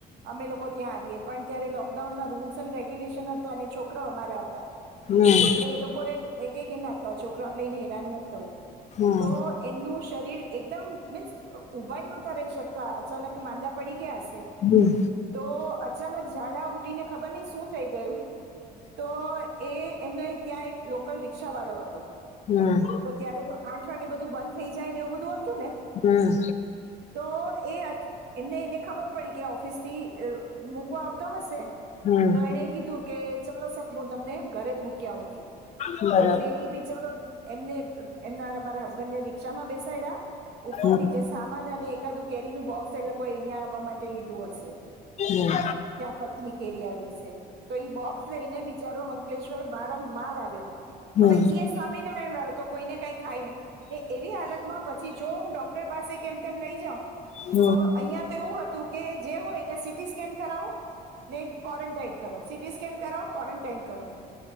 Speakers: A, on the right; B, on the left.
A: અમે લોકો ત્યાં આવીએ પણ ત્યારે લોકડાઉનમાં રૂલ્સ એન્ડ રેગ્યુલેશન હત અને છોકરાઓ અમારા હતા.
B: હમ
A: એટલે એ લોકો એ કે ના છોકરાને લઈને હેરાન નથી, થવું
B: હમ
A: તો. એમનું શરીર એકદમ મીન્સ ઉઊભા નહોતા રહી, શકતા અચાનક માંદા પડી ગયા હશે..
B: હમ્મ
A: તો અચાનક ઝાડા ઉટી ને ખબર નહ શું થઈ ગયું તો એ એમનો ત્યાં એક લોકલ રિક્ષા વાળો હતો.
B: હમ્મ
A: તો ત્યારે તો આઠ વાગે બધું બંધ થઇ જાય, ને એવું બધું હતુ ને
B: હમ્મ
A: તો એ એમને એને ખબર પડી કે ઓફિસ થી મૂકવા હશે
B: હમ હમ
A: તો એને કીધું કે ચાલો સાહેબ હું તમને ઘરે જ મૂકી આવું છુ.
B: બરાબર
A: એટલે ઈ બિચારો એમને એમના અમારા હસબન્ડ ને રિક્ષા માં બેસાડ્યા ઉપરથી
B: હમ
A: જે સામાન અને એકાદું કેરીનું બોક્સ એ લોકો અહિયાં, આવવા માટે લીધું હશે
B: હમ
A: ત્યાં કચ્છની કેરી આવી હશે તો બોક્સ લઈને બિચારોં અલેશ્વર માર માર આવ્યો
B: હમ
A: હવે
B: હમ
A: ઈ સમવામીનારાયણ વાળો હતો કોઈને કઈ ખાય નહી એ એવી હાલતમાં પછી, જો હું ડોક્ટર પાસે કેમ તેમ લઈ જાઉ
B: હમ હમ
A: તો અહીિયાં તો એવું હતું કે જે હોય એને સીટી સ્કેન કરાવો ને ક્વોરન્ટાાઈન કરો સીટી સ્કેન કરાવો ક્વોરન્ટાાઈન, કરો